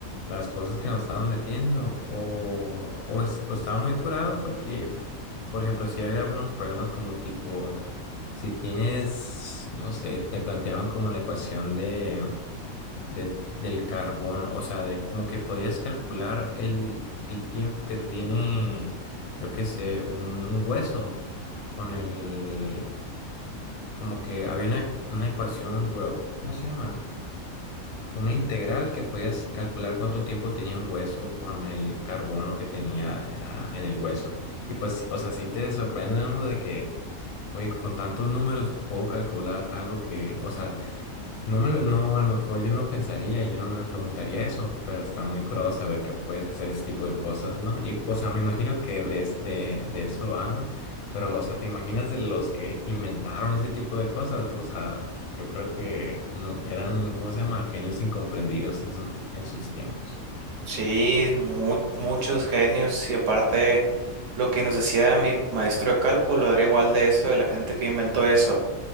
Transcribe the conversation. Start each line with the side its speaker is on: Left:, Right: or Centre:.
Left: las cosas que nos estaban metiendo, o, o, es- o estaba muy curado porque, por ejemplo, si había algunos problemas como tipo, si tienes, no sé, te planteaban como la ecuación de, de- del carbón, o sea, de como que podías calcular el, el tiempo que tiene, yo qué sé, un un hueso con el como que había una, una ecuación, bueno, ¿cómo se llama? Una integral que podías calcular cuánto tiempo tenía un hueso con el carbono que tenía ah, en el hueso. Y pues, sí, o sea, sí te sorprende, ¿no? De que, oye, con tantos números puedo calcular algo que, o sea, no me lo- no, a lo mejor yo no pensaría, y yo no me preguntaría eso, pero está muy curado saber que puedes hacer ese tipo de cosas, ¿no? Y, o sea, me imagino que de, es- de, de eso va, ¿no? Pero, o sea, ¿te imaginas de los que inventaron ese tipo de cosas? O sea, yo creo que no, eran, ¿cómo se llama? Genios incomprendidos en, su ti- en sus tiempos.
Right: Sí, mu- muchos genios y aparte lo que nos decía mi maestro de cálculo era igual de eso, de la gente que inventó eso,